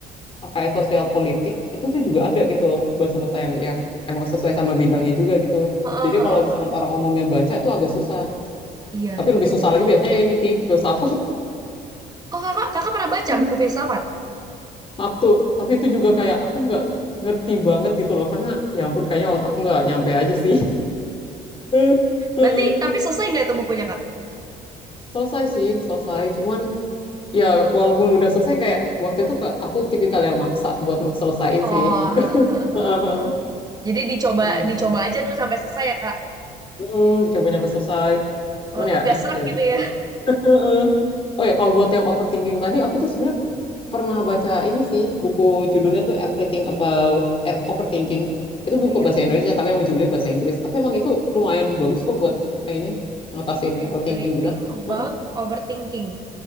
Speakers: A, on the left (about 30°); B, on the right (about 25°).
A: apa ya sosial politik itu tuh juga ada gitu loh bahasa-bahasa yang ya emang sesuai sama bidangnya juga gitu
B: heeh,
A: jadi kalau
B: heeh,
A: misalkan
B: heeh.
A: orang umum yang baca tuh agak susah
B: Iya,
A: tapi lebih
B: iya
A: susah
B: benar.
A: lagi biasanya ini sih filsafat
B: Oh kakak, kakak pernah baca
A: <laughs>
B: buku filsafat?
A: satu tapi itu juga kayak aku nggak ngerti banget gitu loh karena ya ampun kayaknya otakku nggak nyampe aja sih <laughs> Heeh.
B: Berarti tapi selesai nggak itu bukunya kak?
A: selesai sih selesai cuman ya walaupun udah selesai kayak waktu itu ke- aku tipikal yang maksa buat selesaiin
B: Oh,
A: sih
B: heeh, heeh,
A: <laughs>
B: heeh,
A: Heeh.
B: heeh. Jadi dicoba
A: Iya.
B: dicoba aja dulu sampai selesai ya kak,
A: Mm, dicoba nyampe selesai. Cuman
B: walaupun
A: ya,
B: nggak
A: <laughs>
B: serak
A: ya
B: gitu
A: begitu
B: ya.
A: lah. Heeh. Oh ya, kalau buat yang overthinking tadi, aku tuh sebenarnya pernah baca ini sih, buku judulnya tuh Everything About F- Overthinking. Itu
B: Oh
A: buku
B: iya,
A: bahasa Indonesia, tapi yang judulnya bahasa Inggris. Tapi emang itu lumayan bagus kok buat eh, ini, ngatasin
B: wait, everything
A: overthinking kita.
B: about
A: Heeh.
B: overthinking.